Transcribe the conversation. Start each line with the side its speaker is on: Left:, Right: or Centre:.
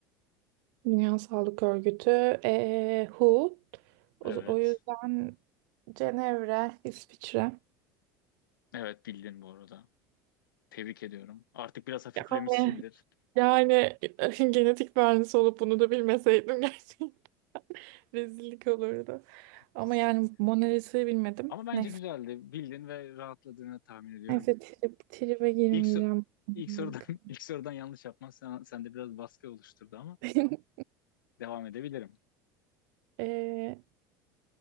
Right: Dünya Sağlık Örgütü, eee, WHO. O,
Left: Evet.
Right: o o yüzden Cenevre, İsviçre.
Left: Evet bildin bu arada. Tebrik ediyorum. Artık biraz hafiflemişsindir.
Right: Yani, yani <laughs> genetik mühendisi olup bunu da bilmeseydim gerçekten <laughs> rezillik olurdu. Ama
Left: Sen-
Right: yani Mona Lisa'yı bilmedim.
Left: Ama bence
Right: Neyse.
Left: güzeldi. Bildin ve rahatladığını tahmin ediyorum.
Right: Neyse trip, tribe girmeyeceğim.
Left: İlk, so-
Right: <laughs>
Left: ilk sorudan <laughs> ilk sorudan yanlış yapman sen, sende biraz baskı oluşturdu ama
Right: Yok.
Left: devam edebilirim.
Right: Eee,